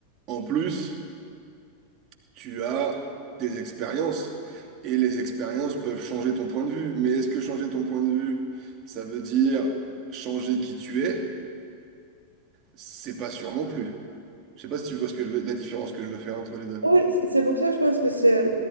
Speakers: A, on the right; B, on the right.
A: En plus, tu as tes expériences. Et les expériences peuvent changer ton point de vue. Mais est-ce que changer ton point de vue, ça veut dire changer qui tu es? C'est pas sûr non plus. Je sais pas si tu vois ce que je veux- la différence que je veux faire entre les deux.
B: Oui, c'est c'est pour ça que je pense que c'est,